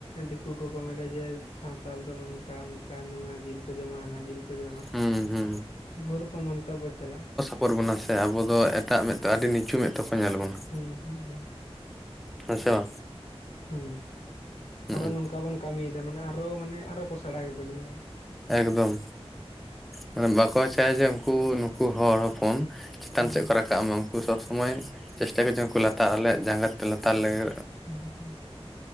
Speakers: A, on the left; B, in the centre.
A: ᱫᱤᱠᱩ ᱠᱚᱠᱚ ᱢᱮᱱᱟ ᱡᱮ ᱥᱟᱶᱛᱟᱞ ᱫᱚ ᱱᱚᱝᱠᱟ ᱝᱠᱟ ᱱᱚᱣᱟ ᱡᱤᱞ ᱠᱚ ᱡᱚᱢᱟ, ᱦᱟᱱᱟ ᱡᱤᱞ ᱠᱚ ᱠᱚ ᱡᱚᱢᱟ᱾ᱵᱚᱦᱩ
B: ᱦᱩᱸ ᱦᱩᱸ
A: ᱨᱚᱠᱚᱢ ᱢᱚᱱᱛᱚᱵᱵᱚ ᱪᱟᱞᱟ
B: ᱯᱚᱨ ᱵᱚᱱᱟ᱾ ᱥᱮ ᱟᱵᱚᱫᱚ ᱮᱴᱟᱜ ᱢᱮᱫᱛᱮ ᱟᱹᱰᱤ ᱱᱤᱪᱩ ᱢᱮᱫ ᱛᱮᱠᱚ ᱧᱮᱞ ᱵᱚᱱᱟ᱾
A: ᱦᱩᱸᱻ ᱦᱩᱸᱻ ᱦᱩᱸᱻ᱾
B: ᱦᱮᱸᱥᱮ ᱵᱟᱝ?
A: ᱦᱩᱸ
B: ᱦᱩᱸ
A: ᱟᱨᱚ ᱱᱚᱝᱠᱟ ᱵᱚᱱ ᱠᱟᱹᱢᱤᱭᱫᱟ ᱢᱟᱱᱮ ᱟᱨᱚ ᱢᱟᱱᱮ ᱟᱨᱚ ᱯᱚᱥᱲᱟ ᱜᱮᱠᱚ ᱧᱮᱞᱵᱚᱱ
B: ᱮᱠᱫᱚᱢ, ᱢᱟᱱᱮ ᱵᱟᱠᱚ ᱪᱟᱭᱟ ᱡᱮ ᱩᱱᱠᱩ ᱱᱩᱠᱩ ᱦᱚᱲ ᱦᱚᱯᱚᱱ ᱪᱮᱛᱟᱱ
A: ᱦᱩᱸ
B: ᱥᱮᱜ ᱠᱚ ᱨᱟᱠᱟᱵ ᱢᱟ, ᱩᱱᱠᱩ ᱥᱚᱵ ᱥᱚᱢᱚᱭ ᱪᱮᱥᱴᱟᱭᱟ ᱠᱚ, ᱡᱮ ᱩᱱᱠᱩ ᱞᱟᱛᱟᱨ ᱟᱞᱮᱭᱟᱜ ᱡᱟᱸᱜᱟ ᱛᱮ ᱞᱟᱛᱟᱨ ᱞᱮᱜᱮ
A: ᱦᱩᱸᱻ ᱦᱩᱸᱻ ᱦᱩᱸᱻ